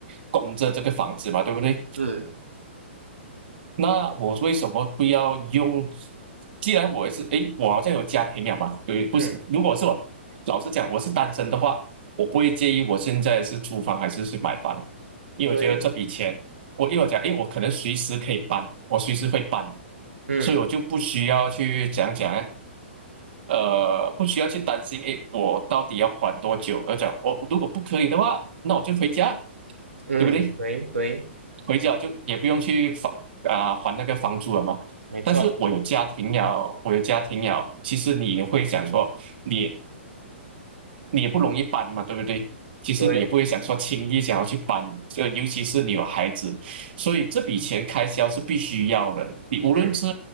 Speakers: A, on the right; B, on the right.
A: 供着这个房子嘛，对不对？
B: 是，
A: 那我为什么不要用？既然我也是，诶，我好像有家庭了嘛，对，不行。
B: 嗯，
A: 如果是我，老实讲，我是单身的话，我不会介意我现在是租房还是是买房，因为我觉得这笔钱，
B: 对，
A: 我一会我讲，诶，我可能随时可以搬，我随时会搬，
B: 嗯
A: 所以我就不需要去讲讲呢，呃，不需要去担心，诶，我到底要还多久？而讲我如果不可以的话，那我就回家，
B: 嗯，
A: 对不对？
B: 对对，
A: 回家就也不用去房啊、还那个房租了嘛。
B: 没错，
A: 但是我有家庭了，我有家庭了，其实你也会想说，你你也不容易搬嘛，对不对？其实你也不会想说轻易想要去搬，
B: 对。
A: 就尤其是你有孩子，所以这笔钱开销是必须要的。你无论是
B: 嗯。